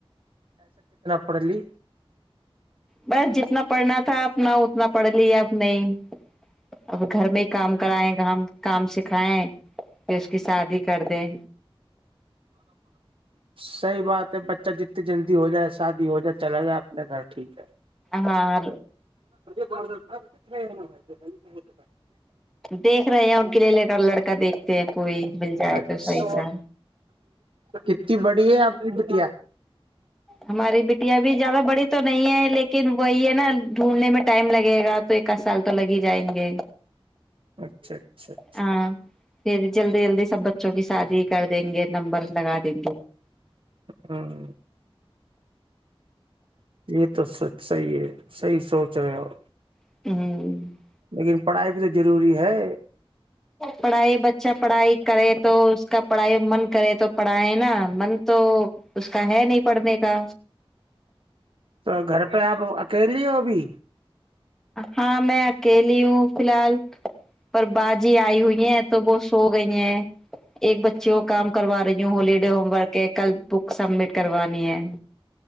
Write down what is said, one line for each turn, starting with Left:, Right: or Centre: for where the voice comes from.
Right: ا پڑی
Centre: بس جتنا پڑھنا تھا اپنا اتنا پڑھ ل اب نہیں اب گھر میں ہی کام کرائائےیں گ ہم کام سکھائیں پھر اس کی شادی کر دیں
Right: صحیح بات ہے بچہ جتنی جلدی ہو جائے شادی ہو جہ چلا یا اپنے گھر ٹھیک ہے
Centre: ہاں
Right: سب
Centre: دیکھ رہے ہیں ان کے لیے لے کر لڑکا دیکھتے ہیں کوئی مل جائے
Right: اچھا
Centre: تو صحیح سا
Right: کتنی بڑی ہے آپ کی بٹیا
Centre: ہماری بیٹیاں بھی زیادہ بڑی تو نہیں ہے لیکن وہی ہے نا ڈھونڈنے میں ٹائم لگے گا تو ایک آدھ سال تو لگ ہی جائیں گے
Right: اچھا اچھا اچھا
Centre: ہاں پھر جلدی جلدی سب بچوں کی شادی کر دیں گے نمبر لگا جی
Right: ہاں یہ تو سچ صحیح ہے صحیح سوچ رہے ہو
Centre: ہوں
Right: لیکن پڑھائی بھی تو ضروری ہے
Centre: پڑھائی بچہ پڑھائی کرے تو اس کا پڑھائی من کرے تو پڑھائیں نا من تو اس کا ہے نہیں پڑھنے کا
Right: تو گھر پہ آپ اکیلیے ہو بھی
Centre: ہاں میں اکیلی ہوں فی الحال پر بازی آئی ہوئی ہیں تو وہ سو گئی ہیں ایک بچے کو کام کروا رہی ہوں ہوالڈے ہوم ورک کے کل بک سبمٹ کروانی ہے